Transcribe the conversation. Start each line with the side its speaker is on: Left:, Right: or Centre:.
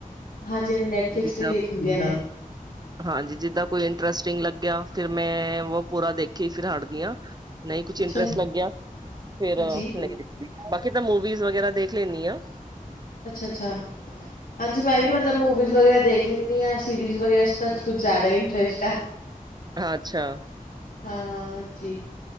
Left: ਹਾਂਜੀ ਹਾਂ ਨੈਟਫਲਿਕਸ
Right: ਜਿੱਦਾਂ
Left: ਦੀ ਦੇਖ ਹੁੰਦੀਆਂ ਨੇ।
Right: ਹਾਂਜੀ ਜਿੱਦਾਂ ਕੋਈ ਇੰਟਰਸਟਿੰਗ ਲੱਗਿਆ ਫਿਰ ਮੈਂ ਉਹ ਪੂਰਾ ਦੇਖੀ ਫਿਰ ਹਟਦੀ ਹਾਂ। ਨਹੀਂ ਕੁਛ
Left: ਅੱਛਾ
Right: ਇੰਟਰਸਟ ਲੱਗਿਆ ਫਿਰ
Left: ਹਾਂਜੀ
Right: ਨਹੀਂ ਬਾਕੀ ਤਾਂ ਮੂਵੀ ਵਗੈਰਾ ਦੇਖ ਲੈਂਦੀ ਆ।
Left: ਅੱਛਾ ਅੱਛਾ ਹਾਂਜੀ ਮੈਂ ਵੀ। ਮਤਲਬ ਮੁਵੀਜ਼ ਵਗੈਰਾ ਦੇਖ ਲੈਂਦੀ ਆ ਸਿਰਰੀਜ਼ ਵਗੈਰਾ ਤਾਂ ਕੁਛ ਜ਼ਿਆਦਾ ਇੰਟਰੇਸਟ ਆ।
Right: ਅੱਛਾ।
Left: ਹਾਂ। ਜੀ